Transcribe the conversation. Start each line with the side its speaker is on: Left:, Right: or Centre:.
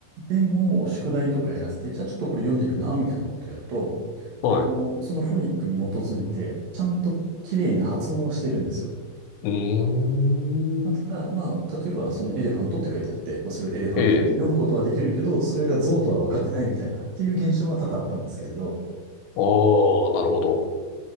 Right: でも、宿題とかやらせて、じゃあちょっとこれ読んでみな、みたいなことやると、
Left: はい、
Right: あの、そのフォニックに基づいて、ちゃんと綺麗に発音はしてるんですよ。
Left: うーん、
Right: まあ、ただ、まあ、例えば、そのエレファントって書いてあって、まあ、それをエレファントって読むことはできるけど、
Left: ええ、
Right: それが象とは分かってないみたいな、っていう現象は多々あったんですけれど、
Left: ああなるほど。